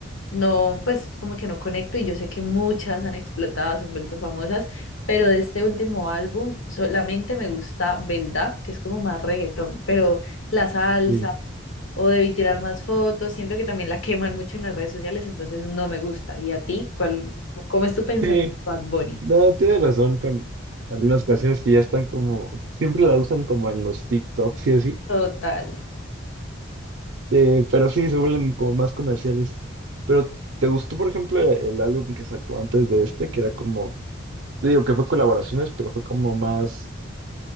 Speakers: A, on the left (about 80°); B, on the right (about 60°).
A: no, pues como que no conecto y yo sé que muchas han explotado, se han vuelto famosas, pero de este último álbum solamente me gusta Belda, que es como más reggaetón, pero la salsa
B: Sí.
A: o debí tirar más fotos. Siento que también la queman mucho en las redes sociales, entonces no me gusta. ¿Y a ti? ¿Cuál, cómo es tu pensamiento,
B: Sí,
A: Bad Bunny?
B: no, tienes razón con algunas canciones que ya están como, siempre la usan como en los TikToks y así.
A: Total.
B: Eh, pero sí, se vuelven como más comerciales. Pero, ¿te gustó, por ejemplo, el, el álbum que sacó antes de este? Que era como, digo que fue colaboraciones, pero fue como más,